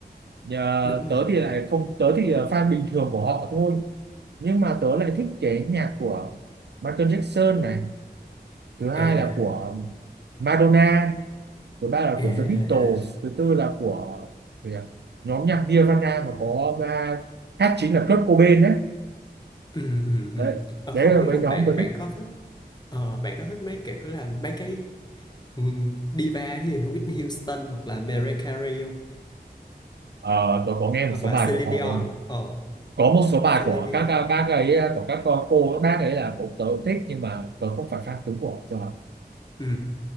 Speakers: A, on the right; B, on the left.
A: Nhà,
B: đúng rồi
A: tớ thì lại không tớ thì là fan bình thường của họ thôi nhưng mà tớ lại thích cái nhạc của Michael Jackson này thứ hai
B: à
A: là của Madonna thứ ba là
B: à
A: của
B: à
A: The Beatles
B: à
A: thứ tư là của gì nhỉ? nhóm nhạc Nirvana mà có à, hát chính là Kurt Cobain đấy
B: ừ ừ ừ
A: đấy
B: Ờ,
A: đấy
B: không
A: là
B: biết
A: cái
B: là
A: nhóm
B: bạn
A: tôi
B: bạn
A: thích
B: có thích ờ, bạn có thích mấy kiểu là mấy cái ừm, diva như Whitney Houston hoặc là Mariah Carey không
A: Ờ, tôi có nghe
B: hoặc
A: một số
B: là
A: bài
B: Celine
A: của
B: Dion
A: họ không
B: ờ
A: có một số bài
B: Celine
A: của
B: Dion
A: các à, bác ấy à, của các cô cô, các bác ấy là cũng tớ cũng thích nhưng mà tớ không phải fan cứng của họ cho lắm
B: ừ